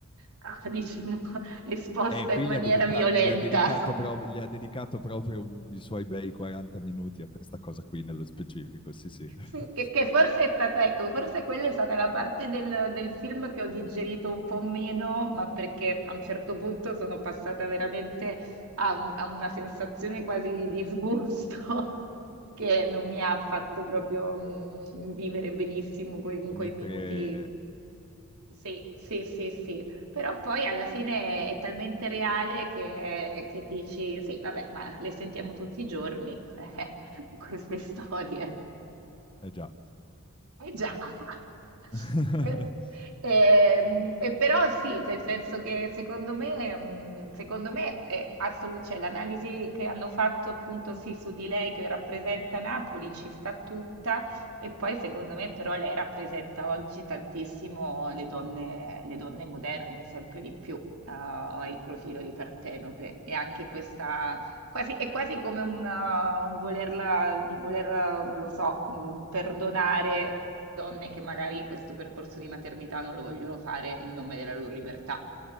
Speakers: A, on the right; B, on the left.
A: ah, diciamo, <laughs> esposta
B: Eh, qui
A: in maniera
B: gli ha, dedica-
A: violenta.
B: gli ha dedicato pro- gli ha dedicato proprio un- i suoi bei 40 minuti a questa cosa qui nello specifico, sì, sì. <laughs>
A: Sì, che, che forse è stata, ecco, forse quella è stata la parte del, del film che ho digerito un po' meno, ma perché a un certo punto sono passata veramente a, un- a una sensazione quasi di disgusto <laughs> che non mi ha fatto proprio mm, vivere benissimo quei,
B: Può
A: quei
B: mettere...
A: minuti sì, sì, sì, sì, però poi alla fine è talmente reale che, che dici, sì, vabbè, ma le sentiamo tutti i giorni, <laughs> eh, queste storie.
B: Eh già.
A: Eh già, <laughs>
B: <laughs>
A: Per- ehm, e però sì, nel senso che secondo me, mm, secondo me è assolu- cioè, l'analisi che hanno fatto appunto sì su di lei che rappresenta Napoli ci sta tutta e poi secondo me però lei rappresenta oggi tantissimo le donne, le donne moderne, sempre di più, ah, il profilo di Partenope e anche questa... Quasi, è quasi come un, uh, un volerla, un voler, uh, non lo so, mm, perdonare donne che magari questo percorso di maternità non lo vogliono fare in nome della loro libertà.